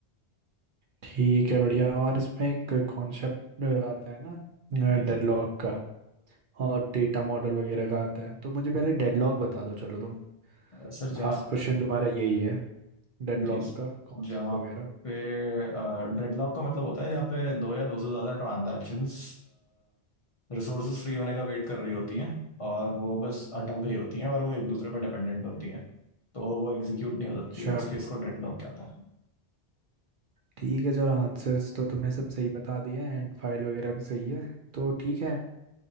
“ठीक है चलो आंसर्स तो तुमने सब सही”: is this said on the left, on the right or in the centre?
Right